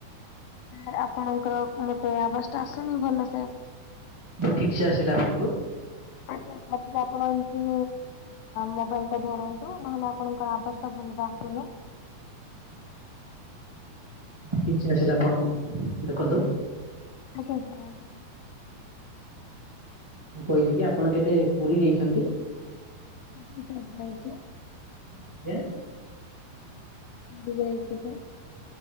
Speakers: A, on the left (about 85°); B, on the right (about 40°).
A: ମୁଁ କହିଲି ଆପଣଙ୍କର ଆବଜ୍ ଟା ଆସୁନି ଭଲ ସେ।
B: ହଉ ଠିକ୍ ସେ ଆସିଲା ବାବୁ।
A: ଆଜ୍ଞା ସାର୍ ଆପଣଙ୍କୁ ମୋବାଇଲ ଟା ଧରନ୍ତୁ ନହେଲେ ଆପଣଙ୍କର ଆବାଜ ଟା ଭଲରେ ଆସୁନି।
B: ଠିକସେ ଆସିଲା ଆପଣଙ୍କୁ ଦେଖନ୍ତୁ।
A: ଆଜ୍ଞା ସାର୍।
B: ମୁଁ କହିଲି କି ଆପଣ କେବେ ପୁରୀ ଯାଇଛନ୍ତି?
A: <unintelligible>
B: ଆଜ୍ଞା?
A: <unintelligible>